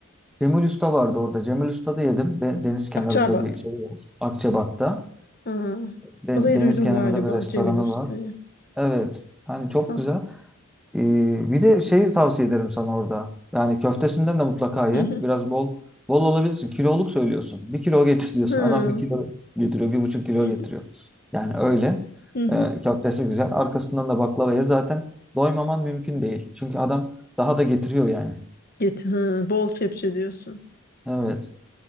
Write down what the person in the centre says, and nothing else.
Cemil Usta vardı orada. Cemil Usta'da yedim. De- Deniz kenarında
bir şey var. Akçabat'ta.
Den-
Deniz
kenarında
bir restoranı
var. Evet. Hani çok
güzel. Ee, bir de şeyi tavsiye ederim sana orada. Yani köftesinden de mutlaka ye.
Biraz bol bol alabilirsin. Kiloluk söylüyorsun. Bir kilo getir <laughs> diyorsun.
Adam bir kilo getiriyor. Bir buçuk kilo
getiriyor. Yani öyle.
Ee, köftesi güzel. Arkasından da baklava ye. Zaten doymaman mümkün değil. Çünkü adam daha da getiriyor yani.
Evet.